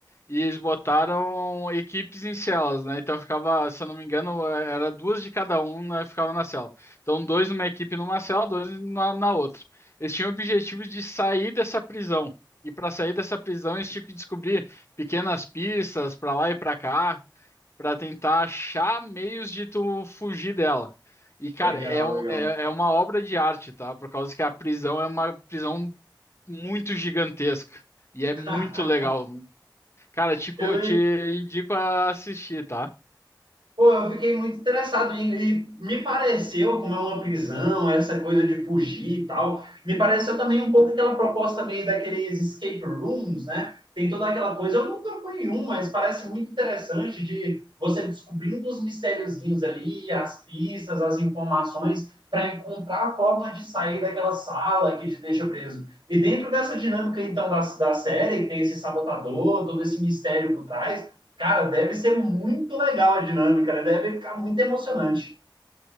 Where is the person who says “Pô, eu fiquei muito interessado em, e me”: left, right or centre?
Right